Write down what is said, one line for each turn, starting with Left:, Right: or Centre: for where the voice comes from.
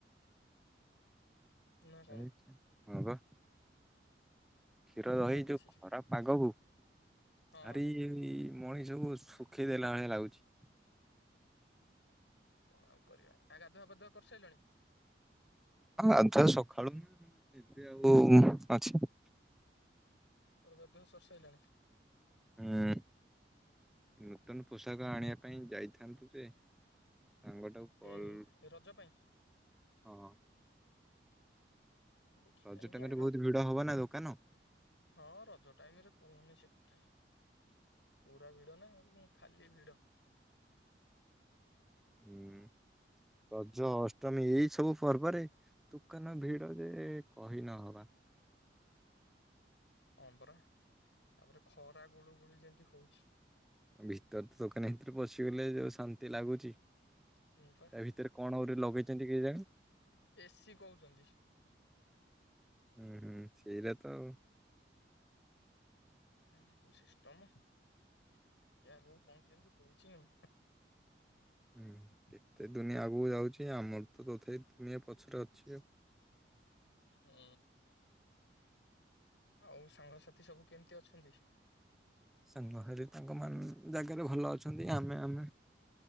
Left: ନା କଣ
Centre: ଆ ହଁ ବା। କ୍ଷୀର
Left: ଏ
Centre: ଦହି
Left: ଚାଲିଛି
Centre: ଯୋଉ ଖରା ପାଗ କୁ ଭାରି
Left: ହଁ।
Centre: ମଣିଶ କୁ ଶୁଖେଇ ଦେଲା ଭଳିଆ ଲାଗୁଛି।
Left: କଣ ଆଉ କରିବା ଆ ଗାଧୁଆ ପାଧୁଆ କରିସାରିଲଣି?
Centre: ଗାଧୁଆ ସକାଳୁ ନା ମୁଁ ଏବେ ଆଉ ଅଛି।
Left: ସକାଳୁ ଗାଧୁଆ ସରି ସାରିଲାଣି।
Centre: ହୁଁ। ନୂତନ ପୋଷାକ ଆଣିବା ପାଇଁ ଯାଇଥାନ୍ତୁ ଯେ। ସାଙ୍ଗଟାକୁ କଲ୍
Left: ଏଇ ରଜ ପାଇଁ।
Centre: ହଁ।
Left: ଦେଖି
Centre: ରଜ
Left: ଯାଇକି
Centre: ଟାଇମରେ
Left: ଆଣ
Centre: ବହୁତ ଭିଡ ହବ ନା ଦୋକାନ।
Left: ହଁ ରଜ ଟାଇମ ରେ କୁହନି ସେ କଥା। ପୁରା ଭିଡ ନା ଖାଲି ଭିଡ।
Centre: ହଁ ରଜ ଅଷ୍ଟମୀ ଏଇ ସବୁ ପର୍ବରେ। ଦୋକାନ ଭିଡ ଯେ କହି ନହବା।
Left: ହଁ ପରା ତାପରେ ଖରା ଗୁଳୁଗୁଳି ଯେମିତି ହଉଛି।
Centre: ଭିତରେ ତ ଦୋକାନ ଭିତରେ ପଶିଗଲେ ଯୋଉ ଶାନ୍ତି ଲାଗୁଛି।
Left: ହୁଁ ପା।
Centre: ତା ଭିତରେ କଣ ଗୋଟେ ଲଗେଇଛନ୍ତି କେଜାଣି?
Left: ଏ ସି କହୁଛନ୍ତି।
Centre: ହୁଁ ହୁଁ ସେଇରା ତ ଆଉ।
Left: ଏମିତ ସବୁ ସିଷ୍ଟମ ଟିକେ ଆଗକୁ କଣ କେମିତି ହଉଛି ଆଉ।
Centre: ହୁଁ।
Left: <inaudible>
Centre: ଏତେ ଦୁନିଆ ଆଗକୁ ଯାଉଛି ଆମର ତ ତଥାପି ଦୁନିଆ ପଛରେ ଅଛି ଆଉ।
Left: ହୁଁ ଆଉ ସାଙ୍ଗସାଥି ସବୁ କେମିତି ଅଛନ୍ତି?
Centre: ସାଙ୍ଗ ସାଥି ତାଙ୍କ ମାନ ଜାଗାରେ ଭଲ ଅଛ ନ୍ତି ଆମେ ଆମେ